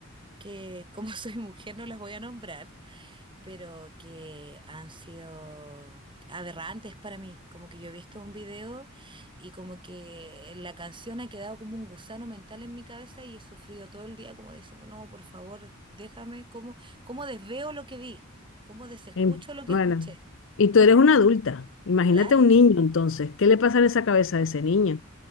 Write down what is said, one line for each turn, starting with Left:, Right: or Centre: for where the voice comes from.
Right: que como <laughs> soy mujer no las voy a nombrar, pero que han sido aberrantes para mí. Como que yo he visto un video y como que la canción ha quedado como un gusano mental en mi cabeza y he sufrido todo el día como diciendo, no, por favor, déjame, ¿cómo, cómo desveo lo que vi? ¿Cómo desescucho
Left: En-
Right: lo que
Left: bueno,
Right: escuché?
Left: y tú eres una adulta, imagínate
Right: Claro.
Left: un niño entonces, ¿qué le pasa en esa cabeza a ese niño?